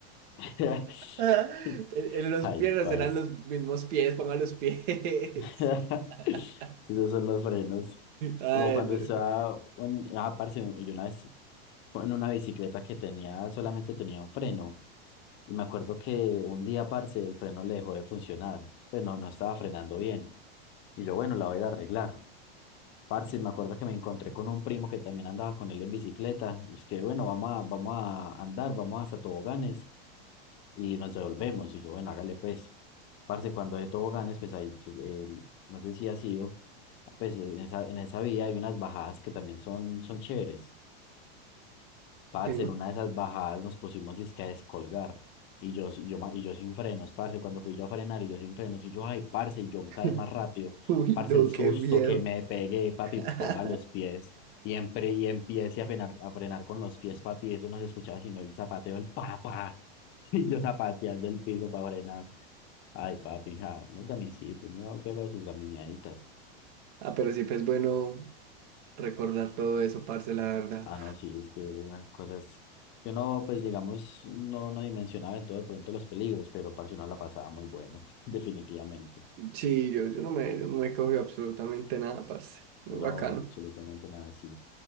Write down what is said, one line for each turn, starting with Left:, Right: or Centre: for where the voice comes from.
Left: <laughs>
Right: <laughs> en, en los
Left: Ay,
Right: piernas
Left: parce.
Right: eran los mismos pies, pongan los pies.
Left: <laughs>
Right: <laughs>
Left: si esos son los frenos.
Right: Ay,
Left: Como cuando
Right: no.
Left: estaba, un- ah, parce, yo una vez con- en una bicicleta que tenía, solamente tenía un freno. Y me acuerdo que un día, parce, el freno le dejó de funcionar. Pues no, no estaba frenando bien. Y yo, bueno, la voy a ir a arreglar. Parce, me acuerdo que me encontré con un primo que también andaba con él en bicicleta. Y es que, bueno, vamos a, vamos a andar, vamos hasta toboganes y nos devolvemos. Y yo, bueno, hágale pues. Parce, cuando de toboganes, pues ahí, tú, eh, no sé si ha sido, pues en esa, en esa vía hay unas bajadas que también son, son chéveres. Parce,
Right: Sí.
Left: en una de esas bajadas nos pusimos dizque a descolgar. Y yo, y yo, ma- y yo sin frenos, parce. Cuando fui yo a frenar y yo sin frenos, y yo, ay, parce, y yo
Right: <laughs>
Left: cada vez más rápido.
Right: Uy,
Left: Parce,
Right: no,
Left: el susto
Right: qué miedo.
Left: que me pegué, papi,
Right: <laughs>
Left: ponga los pies. Y, empre- y empiece a frenar, a frenar con los pies, papi. Eso no se escuchaba sino el zapateo, el papá. <laughs> Y yo zapateando el piso para frenar. Ay, papi, ja, unos gamisitos, me han pegado sus gamineaditas.
Right: Ah, pero siempre es bueno. recordar todo eso, parce, la verdad.
Left: Ah, no, sí, es que eran cosas que uno, pues digamos, no, no dimensionaba del todo de pronto los peligros, pero parce, uno la pasaba muy bueno, <laughs> definitivamente.
Right: Sí, yo, yo no me, yo no me cogí absolutamente nada, parce. Muy
Left: No,
Right: bacano.
Left: absolutamente nada así.